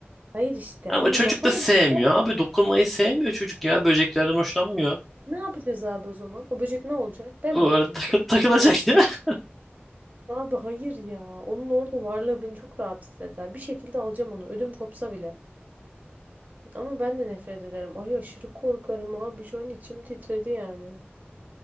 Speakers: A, on the right; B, in the centre.
A: Hayır işte
B: Ama
A: onu
B: çocuk
A: yapamazsa
B: da sevmiyor. Abi dokunmayı sevmiyor çocuk ya. Böceklerden hoşlanmıyor.
A: ne yapacağız abi o zaman? O böcek ne olacak? Ben
B: O
A: mi alayım
B: ara <laughs> takı-
A: gidip?
B: takılacak ya. <laughs>
A: Abi hayır ya. Onun orada varlığı beni çok rahatsız eder. Bir şekilde alacağım onu. Ödüm kopsa bile. Ama ben de nefret ederim. Ay aşırı korkarım abi. Şu an içim titredi yani.